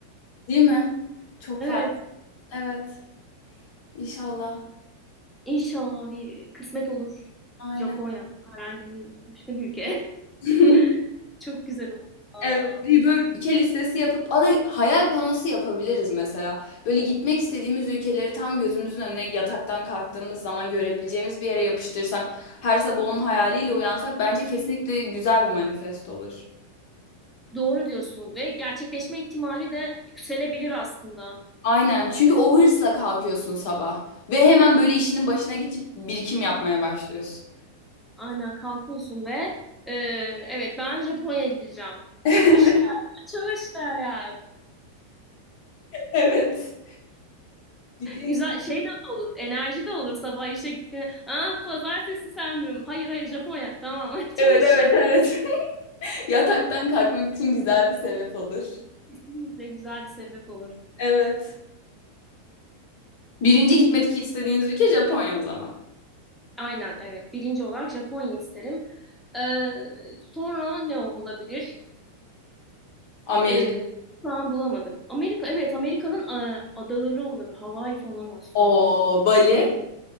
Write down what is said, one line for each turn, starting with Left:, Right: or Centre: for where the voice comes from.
Left: Değil mi? Çok
Centre: Evet,
Left: farklı. Evet. İnşallah.
Centre: inşallah bir kısmet olur
Left: Aynen.
Centre: Japonya herhangi bir başka bir ülke.
Left: <laughs>
Centre: <laughs> Çok güzel olur valla.
Left: Evet, bir böyle ülke listesi yapıp aday hayal panosu yapabiliriz mesela. Böyle gitmek istediğimiz ülkeleri tam gözümüzün önüne yataktan kalktığımız zaman görebileceğimiz bir yere yapıştırsak, her sabah onun hayaliyle uyansak bence kesinlikle güzel bir manifest olur.
Centre: Doğru diyorsun ve gerçekleşme ihtimali de yükselebilir aslında.
Left: Aynen. Çünkü o hırsla kalkıyorsun sabah ve hemen böyle işinin başına geçip birikim yapmaya başlıyorsun.
Centre: Aynen kalkıyorsun ve e, evet ben Japonya'ya gideceğim.
Left: <laughs>
Centre: Çalışlar, çalışlar ya.
Left: Evet. Gidiyoruz.
Centre: Güzel şey de olur. Enerji de olur sabah işe gittiğinde. Ah pazartesi sendromu. Hayır hayır Japonya. Tamam <laughs> çalış.
Left: Evet, evet, evet. <laughs> Yataktan kalkmak için güzel bir sebep olur.
Centre: Kesinlikle güzel bir sebep olur.
Left: Evet. Birinci gitmek istediğiniz ülke Japonya o zaman.
Centre: Aynen evet. Birinci olarak Japonya isterim. Ee, sonra ne olabilir?
Left: Amerika.
Centre: Ee, şu an bulamadım. Amerika evet Amerika'nın e, adaları olabilir. Hawaii falan aslında.
Left: O Bali.